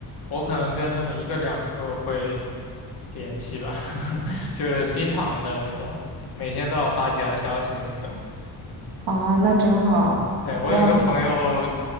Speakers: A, on the left; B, on the right.
A: 我可能跟那么一个两个会联系吧，<laughs> 就是经常的那种，每天都要发几条消息的那种。
B: 啊，那真好。
A: 对，我有一个朋友，
B: 我好像